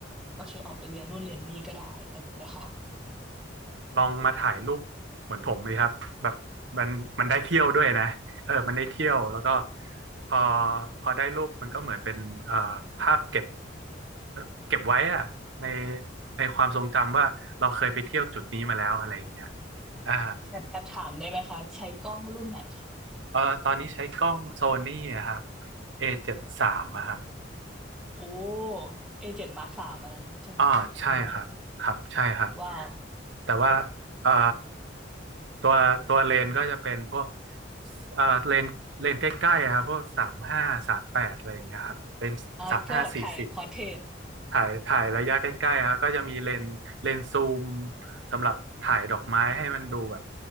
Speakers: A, in the centre; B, on the right (about 75°).
A: โอเคออกไปเรียนนู่นเรียนนี่ก็ได้เออแบบเนี้ยค่ะ
B: อืมลองมาถ่ายรูปเหมือนผมเลยครับแบบมันมันได้เที่ยวด้วยนะเออมันได้เที่ยวแล้วก็พอพอได้รูปมันก็เหมือนเป็นเอ่อภาพเก็บเอ่อเก็บไว้อะในในความทรงจำว่าเราเคยไปเที่ยวจุดนี้มาแล้วอะไรอย่างเงี้ย อ่า
A: แอบแอบถามได้ไหมคะใช้กล้องรุ่นไหนคะ
B: เออตอนนี้ใช้กล้องโซนี่อะครับ A73 อเจ็ดสามอะครับ
A: โอ้เอเจ็ดมาร์คสามอันนั้นใช่ไหมหรือว่า
B: อ๋อใช่ครับครับใช่ครับ
A: ว้าว
B: แต่ว่าเอ่อตัวตัวเลนก็จะเป็นพวกเอ่อเลนเลนใกล้ๆอะครับพวกสามห้าสามแปดอะไรอย่างเงี้ยครับเป็นสามห้าสี่สิบ
A: อ่ะเพื่อแบบถ่ายพอร์เทรต
B: ถ่ายถ่ายระยะใกล้ๆครับก็จะมีเลนส์เลนส์ซูมสำหรับถ่ายดอกไม้ให้มันดูแบบ